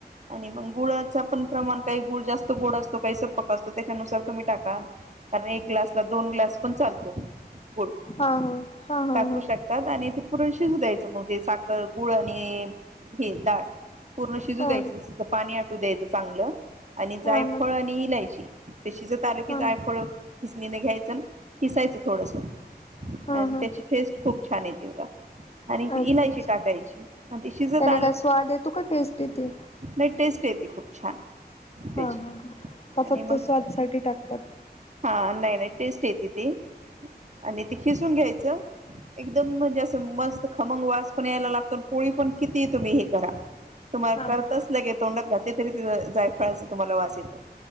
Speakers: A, on the right (about 45°); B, on the left (about 35°).
A: आणि मग गुळाचा पण प्रमाण काही गुळ जास्त गोड असतो काही सपक असतो त्याच्यानुसार तुम्ही टाका कारण एक ग्लासला दोन ग्लास पण चालतो. गुड
B: हा हा हा
A: टाकू
B: हा
A: शकतात आणि ते - पुर्ण शिजू द्यायचं मग ते साखर गुळ आणि हे डाळ पूर्ण शिजू
B: हा
A: द्यायच
B: हा
A: आता पाणी आटू द्यायचं चांगलं आणि
B: हा
A: जायफळ
B: हा
A: आणि इलायची ते शिजत आलं
B: हा
A: की जायफळ खिसणीने घ्यायच अन खिसायचं थोडस आणि
B: हा हा
A: त्याची टेस्ट खूप छान येते बगा आणि एक
B: अच्छा
A: इलायची
B: अच्छा
A: टाकायची. आणि ते शिजत
B: त्याने काय स्वाद येतो का टेस्ट येते.
A: नाइ टेस्ट येती खूप छान त्याची.
B: हा हा का
A: आणि
B: फक्त
A: मग
B: स्वादसाठी टाकतात.
A: हा नाही टेस्ट येती ते आणि ते खिसून घ्यायच एकदम म्हणजे अस मस्त खमंग वास पण यायला लागतो न पोळी पण किती तुम्ही हे करा तुम्हाला
B: हा
A: करतच
B: हा
A: लगे तोंडात घातले तरी ते जायफळाचा तुम्हाला वास येतो.